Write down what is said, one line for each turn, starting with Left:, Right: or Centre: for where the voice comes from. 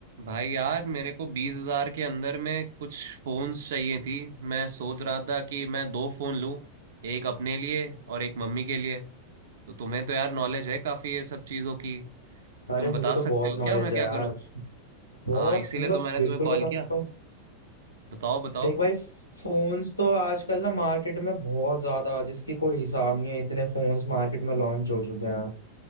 Right: भाई यार मेरे को बीस हजार के अंदर में कुछ फोन्स चाहिए थी मैं सोच रहा था कि मैं दो फोन लूं एक अपने लिए और एक मम्मी के लिए तो तुम्हें तो यार नॉलेज है काफी ये सब चीजों की
Left: अरे
Right: तुम
Left: मुझे
Right: बता
Left: तो बहुत
Right: सकते हो
Left: नॉलेज
Right: क्या मैं
Left: है
Right: क्या
Left: यार
Right: करूं
Left: बहुत
Right: हाँ इसीलिए
Left: मतलब
Right: तो मैंने
Left: बिल्कुल
Right: तुम्हें कॉल
Left: बता
Right: किया
Left: सकता हूँ
Right: बताओ बताओ
Left: देख भाई फोन्स तो आजकल ना मार्केट में बहुत ज्यादा जिसकी कोई हिसाब नहीं है इतने फोन्स मार्केट में लॉन्च हो चुके हैं